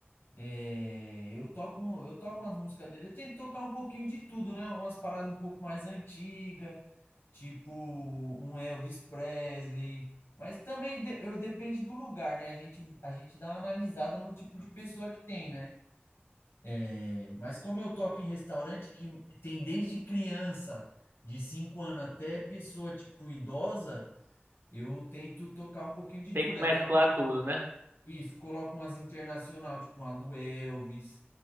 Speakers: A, on the left; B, on the right.
A: É, eu toco, eu toco umas músicas dele. Eu tento tocar um pouquinho de tudo, né? Umas paradas um pouco mais antigas, tipo um Elvis Presley. Mas também de- eu depende do lugar, né? A gente, a gente dá uma analisada no tipo de pessoa que tem, né? É, mas como eu toco em restaurante que tem desde criança, de 5 anos até pessoa tipo idosa, eu tento tocar um pouquinho de
B: tenho
A: tudo.
B: que mesclar
A: Aí toco uma-
B: tudo, né?
A: isso, coloco umas internacional, tipo uma do Elvis,